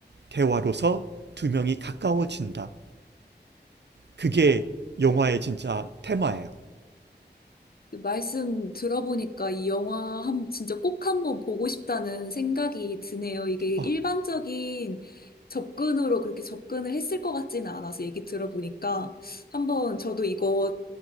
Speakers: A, on the right; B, on the left.
A: 대화로서 두 명이 가까워진다. 그게 영화의 진짜 테마예요.
B: 말씀 들어보니까 이 영화 한, 진짜 꼭 한번 보고 싶다는 생각이 드네요. 이게 일반적인
A: 아,
B: 접근으로 그렇게 접근을 했을 것 같지는 않아서 얘기 들어보니까 한번 저도 이거